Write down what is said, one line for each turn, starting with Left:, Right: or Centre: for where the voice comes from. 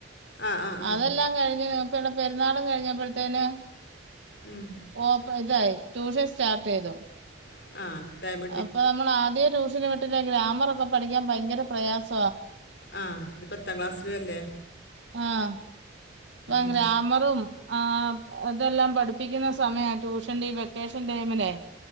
Left: ആ ആ ആ
Right: അതെല്ലാം കഴിഞ്ഞ് നമുക്ക് ഇവിടെ പെരുന്നാളും കഴിഞ്ഞപ്പഴത്തേന്
Left: ഉം.
Right: ഓപ് ഇതായി ട്യൂഷൻ സ്റ്റാർട്ട് ചെയ്തു.
Left: ആഹ് <unintelligible>
Right: അപ്പൊ നമ്മൾ ആദെ ട്യൂഷന് വിട്ടിട്ട് ഗ്രാമറൊക്കെ പഠിക്കാൻ ഭയങ്കര പ്രയാസ.
Left: ആഹ് നി പത്താം ക്ലാസ്സിലുവല്ലേ.
Right: ആഹ് ഇപ്പ
Left: ഉം.
Right: ഗ്രാമറും ആഹ് അതെല്ലാം പഠിപ്പിക്കുന്ന സമയ ട്യൂഷൻഈ വെക്കേഷൻ ടൈമിനെ